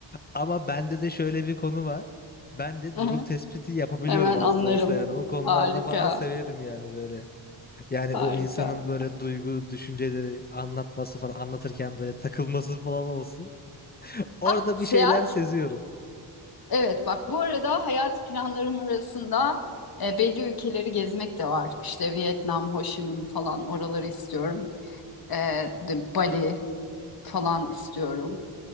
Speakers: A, on the left (about 20°); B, on the left (about 50°).
A: Ama bende de şöyle bir konu var. Ben de
B: <laughs>
A: durum tespiti yapabiliyorum
B: Hemen
A: az
B: anlarım.
A: da olsa yani. O konularda
B: Harika,
A: falan severim yani böyle. Yani
B: harika.
A: o insanın böyle duygu, düşünceleri anlatması falan anlatırken böyle takılması falan olsun. Orada
B: Ah, seyahat.
A: bir şeyler seziyorum.
B: Evet, bak bu arada hayat planlarım arasında e, belli ülkeleri gezmek de var. İşte Vietnam, Ho Chi Minh falan oraları istiyorum. E, de- Bali falan istiyorum.